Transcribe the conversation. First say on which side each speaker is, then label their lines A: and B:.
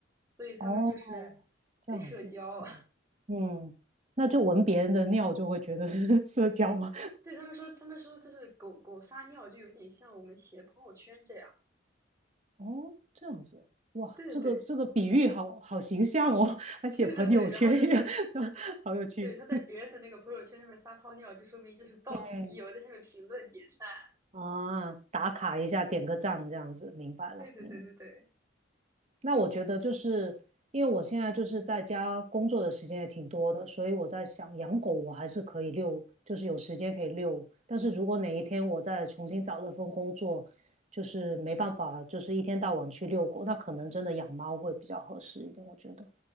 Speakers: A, on the right; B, on the right.
A: 所以他们就是得社交。
B: 哦，这样子，嗯嗯，那就闻别人的尿就会觉得是 <laughs> 社交吗？
A: <laughs> 对，他们说，他们说就是狗狗撒尿就有点像我们写朋友圈这样。
B: 哦，这样子，哇，
A: 对对对
B: 这个这个比喻好好形象哦，还写朋友圈，
A: <laughs> 对对对，然后就是
B: <laughs> 这好有趣。
A: 对，他在别人的那个朋友圈上面撒泡尿，就说明就是到此一游，
B: 嗯
A: 在下面评论点赞。
B: 啊，打卡一下，点个赞，这样子，明白了。
A: 对对对对对
B: 嗯。那我觉得就是因为我现在就是在家工作的时间也挺多的，所以我在想养狗我还是可以遛，就是有时间可以遛。但是如果哪一天我再重新找了份工作，就是没办法，就是一天到晚去遛狗，那可能真的养猫会比较合适一点，我觉得。